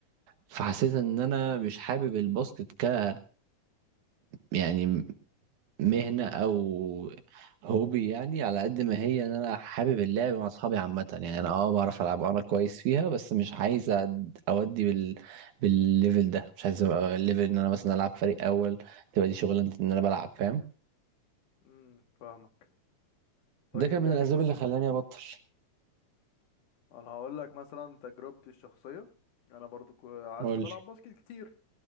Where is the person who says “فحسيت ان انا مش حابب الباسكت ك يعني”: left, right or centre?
Right